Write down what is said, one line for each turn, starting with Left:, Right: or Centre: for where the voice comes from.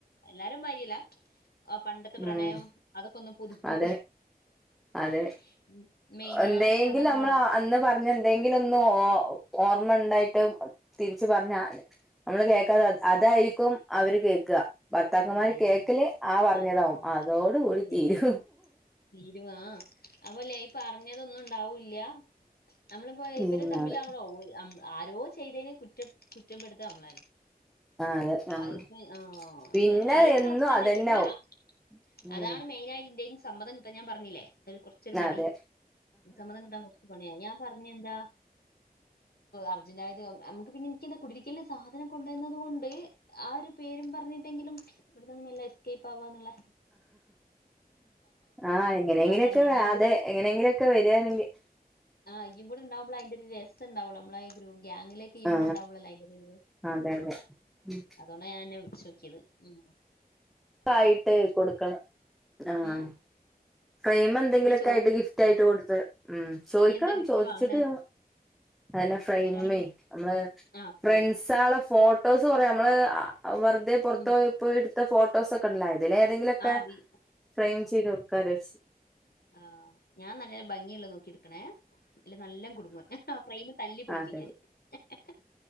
Left: എല്ലാരും വരിയില്ല ആ പണ്ടത്തെ പ്രണയം
Centre: ഉം
Left: അതൊക്കെ ഒന്നും പുതുക്കൂ
Centre: അതെ അതെ
Left: ഉം. മെയിനായിട്ട്
Centre: എന്തെങ്കിലും
Left: അതാണ്
Centre: നമ്മൾ
Left: കാര്യം.
Centre: അന്ന് പറഞ്ഞ എന്തെങ്കിലും ഒന്ന് ഓർമ്മ ഉണ്ടായി് തിരിച്ചു പറഞ്ഞ നമ്മള് കേക്കാതെ
Left: ആ.
Centre: അതായിരിക്കും അവര്
Left: ആ.
Centre: കേൾക്കുക ഭർത്താക്കന്മാര്
Left: അതന്നെ
Centre: കേൾക്കല്േആ
Left: അത്.
Centre: പറ
Left: ആ.
Centre: അങ്ങതാവും
Left: അതാ
Centre: അതോട കൂടി
Left: ശരിയാ.
Centre: തീരൂ
Left: തീരുമാ ആ. അപ്പല്ലേ ഇപ്പൊ അറിഞ്ഞതൊന്നും ഉണ്ടാവൂല്ല നമ്മളിപ്പോ ഇവരെ
Centre: ഉം
Left: തമ്മിൽ
Centre: അതെ
Left: അടെ ഓ ആരോ ചെയ്തതിന് കുറ്റം കുറ്റംപ്പെടുത്ത നമ്മള
Centre: ആ അതെ ഉം
Left: അപ്പ ആഹ
Centre: പിന്നെ
Left: എ എല്ലോടും
Centre: എന്നും
Left: അവസ്ഥന്നെ
Centre: അതന്നാവും
Left: വിടുൂലാ
Centre: ഉം
Left: അതാണ് മെയിനായിയിട്ട്ൻന്റെയും സമ്മതം കിട്ടാൻ ഞാൻ പറഞ്ഞില്ലേ അവര് കൊറച്ചൊരു മടി
Centre: അതെ
Left: സമ്മതം കിട്ടാൻ കുറച്ച പണിയാ ഞാൻ പറഞ്ഞ എന്താ അർജന്റായത് നമുക്ക് പിന്നെ എനക്ക് എന്താ കുടിരിക്കല സാധനം കൊണ്ടുവന്നത കൊണ്ട് ആ ഒരു പേരും പറഞ്ഞിട്ടെങ്കിലും ഇവിട നിന്നും എല്ല എസ്കേപ്പ് ആവാന്നുള്ളേ
Centre: ആഹ എങ്ങനെങ്കിലൊക്കെ
Left: ഞാൻ അതാണ് ഈയും
Centre: അതെ എങ്ങനെങ്കിലുംൊക്കെ വരികണെങ്കിൽ
Left: ആഹ് ഇഈ കൂടെ ഉണ്ടാവുമ്പോ അൻന്റെറെ ഒരു രസംണ്ടാവുള്ള നമ്മള ഒരു ഗാങ്ങിലേക്ക് ഇഈ
Centre: ആ
Left: കൂടെ ഉണ്ടാവുള്ളള അോ അന്റെ
Centre: അതെ അതെ ഉ
Left: അതോണ്ട ഞാൻെ വിളിച്ചു നോക്കിയത് ഉ
Centre: ആയിട്ട് കൊടുക്കണം ആഹ
Left: ഉം
Centre: ഫ്രേഇമേ എന്തെങ്കിലൊക്കെ
Left: ഈ ചോ
Centre: ആയിട്ട് ഗിഫ്റ്റ് ആയിട്ട് കൊടുത്ത് ഉ ചോദിക്കണം
Left: ഈ എന്താ ഗിഫ്റ്റ്
Centre: ചോദിച്ചിട്ട്
Left: വാങ്ങണേ
Centre: അെ ഫ്രെമ
Left: വരികയാണെങ്കിൽ
Centre: നമ്മള്
Left: ആ ഫ്രെയിം
Centre: ഫ്രണ്ട്സ ആുള്ള ഫോട്ടോ ഫോട്ടോസ് കുറയാ നമ്മള് വെറുതെ പുറത്ത
Left: ഉം
Centre: പോപ്പോയി എടുത്ത ഫോട്ടോസ് ഒക്കെ ഉണ്ടായിരുന്നു ഇതിലെ തെങ്കിലൊക്കെ
Left: ആ ബി
Centre: ഫ്രെയിം ചെയ്ത് കൊടുക്കാചാരിച്
Left: ആഹ് ഞാൻ നലൊരു ഭംഗിയ്‌ള്ളത് നോക്കി എടുക്കണേ അല്ല നല്ല കുടുങ്ങും ഹആ ഫ്രയിമ് തല്ലി പൊളിക്കും
Centre: അതെ
Left: ഞാാന്. ഹ ഹ ഹ